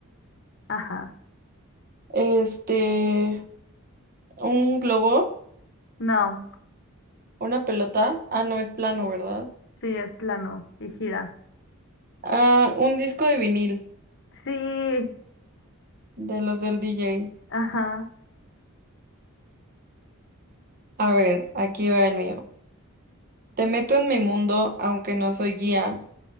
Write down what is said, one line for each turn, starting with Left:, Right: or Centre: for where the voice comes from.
Left: Ajá.
Right: Este, un globo,
Left: No.
Right: una pelota. Ah, no, es plano, ¿verdad?
Left: Sí, es plano y gira.
Right: Ah, un disco de vinil,
Left: Sí,
Right: de los del DJ.
Left: ajá.
Right: A ver, aquí va el mío. Te meto en mi mundo, aunque no soy guía.